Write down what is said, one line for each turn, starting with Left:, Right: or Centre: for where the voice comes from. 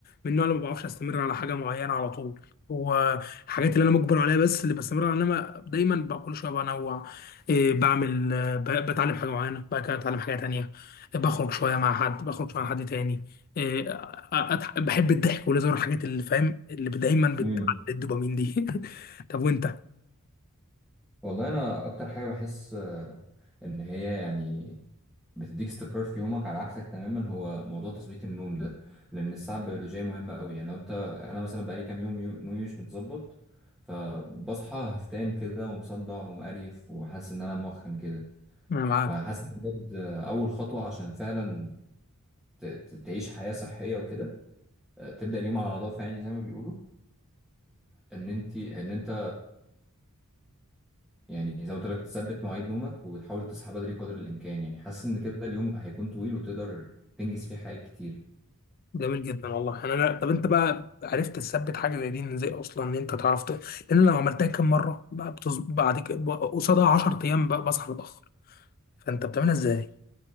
Left: من النوع اللي ما بعرفش استمر على حاجه معينه على طول هو الحاجات اللي انا مجبر عليها بس اللي بستمر عليها انما دايما بقى كل شويه بنوع إيه، بعمل آه، ب- بتعلم حاجه معينه بعد كده اتعلم حاجه تانية بخرج شويه مع حد بخرج شويه مع حد تاني إيه، أ- أضح- بحب الضحك والهزار الحاجات اللي فاهم اللي دايما بتعلي
Centre: <laughs>
Left: الدوبامين دي <laughs> طب وانت
Centre: والله انا اكتر حاجه بحس آه، ان هي يعني بتديك استقرار في يومك على عكسك تماما هو موضوع تظبيط النوم ده لان الساعه البيولوجيه مهمه قوي يعني لو انت انا مثلا بقالي كام يوم يو- نومي مش متظبط فبصحى هفتان كده ومصدع ومقريف وحاسس ان انا موخم كده
Left: انا معاك
Centre: فحاسس ان بجد آه، اول خطوه عشان فعلا ت- ت- تعيش حياه صحيه وكده آه، تبدا اليوم على نظافه يعني زي ما بيقولوا ان انت ان انت يعني زي ما قلت لك تثبت مواعيد نومك وتحاول تصحى بدري قدر الامكان يعني حاسس ان كده اليوم هيكون طويل وتقدر تنجز فيه حاجات كتير
Left: جميل جدا والله انا أنا- طب انت بقى عرفت تثبت حاجه زي دي إن ازاي اصلا ان انت تعرف ت- لان لو عملتها كام مره بقى بتز... بعد كده ب- قصادها 10 ايام بقى بصحى متاخر فانت بتعملها ازاي